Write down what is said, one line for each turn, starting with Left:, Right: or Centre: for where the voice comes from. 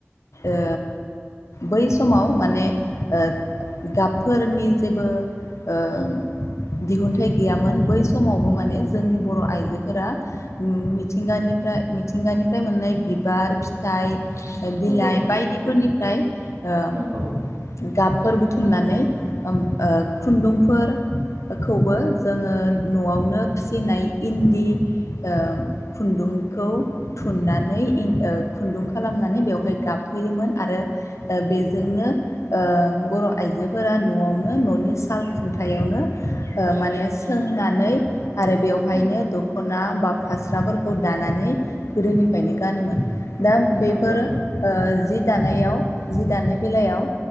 Left: ओ बै समाव माने ओ गाब फोरनि जेबो ओ दिहुनथाइ गैयामोन बै समावबो माने जोंनि बर आइजोफोरा मिथिंगानिफ्राय मिथिंगानिफ्राय मोननाय बिबार फिथाइ बिलाइ
Right: नंगौ
Left: बायदिफोरनिफ्राय ओ
Right: नंगौ
Left: गाबफोर बुथुमनानै उम ओ खुन्दुंफोरखौबो जोङो नआवनो फिसिनाय इन्दि ओ खुन्दुंखौ थुननानै इ ओ खुन्दुं खालामनानै बेवहाय गाबहोयोमोन आरो बेजोंनो ओ बर आइजो फोर नआवनो ननि साल खुन्थायाइावनो ओ माने सोंनानै आरो बेवहायनो
Right: उम,
Left: दखना बा फास्राफोरखौ दानानै गोदोनिफ्रायनो गानोमोन दा बेफोरो
Right: नंगौ
Left: ओ जि दानायाव जि दानाय बेलायाव